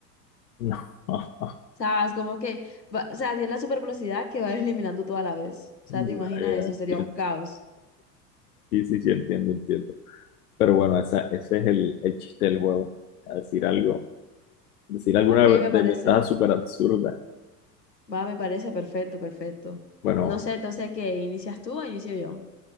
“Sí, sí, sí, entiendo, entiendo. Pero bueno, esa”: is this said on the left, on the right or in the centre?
Left